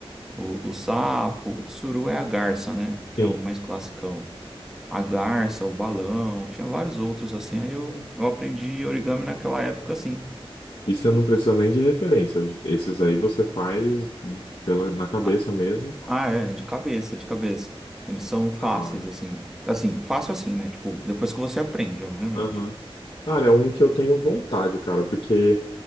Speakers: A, in the centre; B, on the left (about 65°).
A: o, o sapo. O tsuru é a garça, né? Que
B: Sim.
A: é o mais clássico a garça, o balão, tinha vários outros assim. Aí eu, eu aprendi origami naquela época assim.
B: E você não precisa nem de referência. Esses aí você faz pela, na cabeça
A: Ah,
B: mesmo.
A: ah, é, de cabeça, de cabeça. Eles são fáceis
B: Da hora.
A: assim. Assim, fácil assim, né? Tipo, depois que você aprende, obviamente.
B: Aham. Cara, é um que eu tenho vontade, cara, porque